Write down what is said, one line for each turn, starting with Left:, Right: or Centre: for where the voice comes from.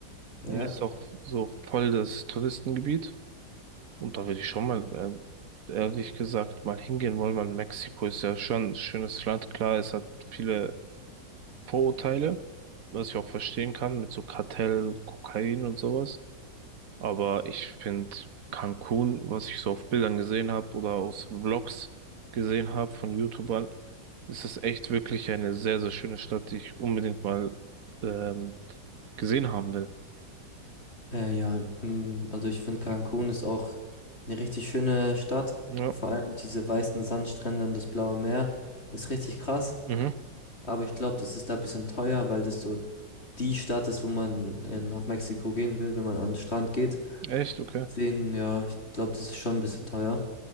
Left: ja.
Right: und
Left: ja.
Right: ist auch so voll das Touristengebiet. Und da würde ich schon mal, ähm, ehrlich gesagt, mal hingehen wollen, weil Mexiko ist ja schon ein schönes Land. Klar, es hat viele Vorurteile, was ich auch verstehen kann, mit so Kartell, Kokain und sowas. Aber ich finde Cancun, was ich so auf Bildern gesehen habe oder aus Vlogs gesehen habe von YouTubern, ist es echt wirklich eine sehr, sehr schöne Stadt, die ich unbedingt mal ähm, gesehen haben will.
Left: Äh, ja, mm, also ich finde Cancun ist auch eine richtig schöne Stadt.
Right: Ja,
Left: Vor allem diese weißen Sandstrände und das blaue Meer ist richtig krass.
Right: mhm.
Left: Aber ich glaube, das ist da ein bisschen teuer, weil das so die Stadt ist, wo man in, nach Mexiko gehen will, wenn man an den Strand geht.
Right: Echt, okay.
Left: Deswegen, ja, ich glaube, das ist schon ein bisschen teuer.